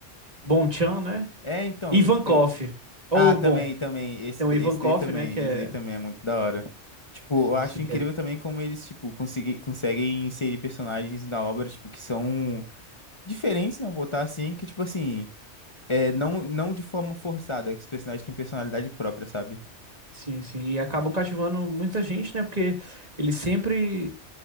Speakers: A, on the right (about 35°); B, on the left (about 25°).
A: Bonchan, né?
B: É, então,
A: Ivankov.
B: tipo, tem...
A: Ou
B: Ah, também,
A: o Bon.
B: também. Esse,
A: Tem o
B: da-
A: Ivankov,
B: esse daí também.
A: né? Que é.
B: Esse daí também é muito da hora. Tipo,
A: Sim,
B: eu acho
A: sim,
B: incrível
A: que é.
B: também como eles, tipo, consegui... conseguem inserir personagens da obra, tipo, que são diferentes, né? Vamos botar assim, que, tipo assim, é, não, não de forma forçada, que os personagens têm personalidade própria, sabe?
A: Sim, sim. E acabam cativando muita gente, né? Porque ele sempre.